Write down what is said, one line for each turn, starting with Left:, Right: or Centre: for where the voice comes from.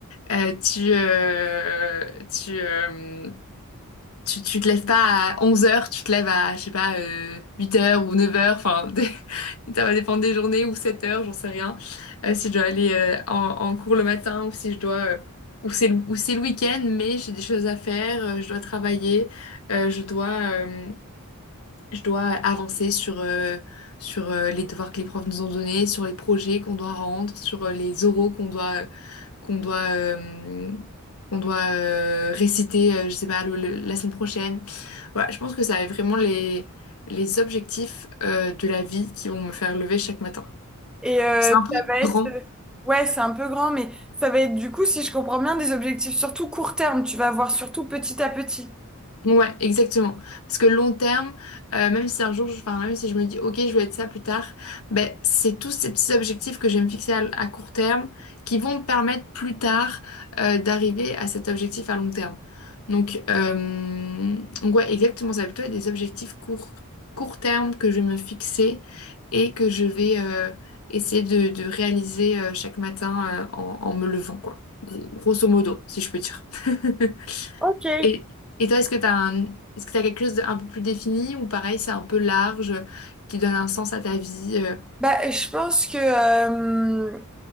Left: euh, tu, euh, tu, euh, tu, tu te lèves pas à onze heures tu te lèves à, je sais pas, euh, huit heures ou neuf heures enfin, des- <laughs> ça va dépendre des journées, ou sept heures j'en sais rien. Euh, si je dois aller euh, en, en cours le matin ou si je dois, euh, ou c'est, le- ou c'est le week-end, mais j'ai des choses à faire, euh, je dois travailler, euh, je dois, euh, je dois avancer sur, euh, sur euh, les devoirs que les profs nous ont donnés, sur les projets qu'on doit rendre, sur euh, les oraux qu'on doit qu'on doit, euh, qu'on doit euh, réciter, euh, je sais pas, le- le- la semaine prochaine. Voilà, je pense que ça va être vraiment les, les objectifs euh, de la vie qui vont me faire lever chaque matin.
Centre: Et euh,
Left: C'est un peu
Centre: ça va être...
Left: grand,
Centre: euh, Ouais, c'est un peu grand, mais ça va être du coup, si je comprends bien, des objectifs surtout court terme. Tu vas voir surtout petit à petit.
Left: Ouais, exactement. Parce que long terme, euh, même si un jour, je- enfin, même si je me dis, OK, je veux être ça plus tard, ben, c'est tous ces petits objectifs que je vais me fixer à, à court terme qui vont me permettre plus tard euh, d'arriver à cet objectif à long terme. Donc, euh, donc ouais, exactement. Ça va plutôt être des objectifs court, court terme que je vais me fixer et que je vais euh, essayer de, de réaliser euh, chaque matin euh, en, en me levant, quoi. Gros- Grosso modo, si je peux dire. <laughs>
Centre: Ok.
Left: Et, et toi, est-ce que tu as un, est-ce que tu quelque chose d'un peu plus défini ou pareil, c'est un peu large, euh, qui donne un sens à ta vie euh,
Centre: Bah, je pense que... euh,